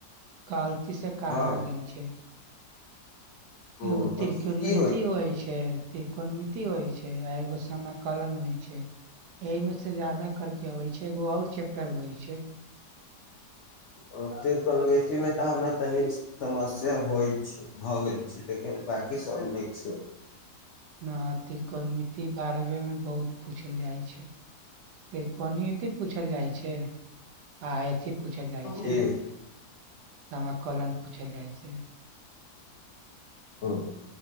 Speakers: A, on the right (about 80°); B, on the left (about 70°).
A: गलती से कहा
B: हँ
A: गेल छै।
B: ओ
A: एगो
B: तऽ
A: त्रिकोणमिति
B: की
A: होइ छै। त्रिकोणमिति ति होइ छै। आ एगो सम कलन होइ छै। एहिमे से जादा करके अबै छै। एगो आओर चैप्टर होइ छै।
B: ओ त्रिकोणमिति मे तऽ हमरा तनि समस्या होइ छै। भऽ गेल छै। बांकी सब नीक छै।
A: ना त्रिकोणमिति बारहवे में बहुत पूछ पूछल जाइ छै। त्रिकोणमिति पूछल जाइ छै। आ अथी पूछल जाइ छै
B: जी
A: समाकलन पूछल जाइ छै।
B: ओ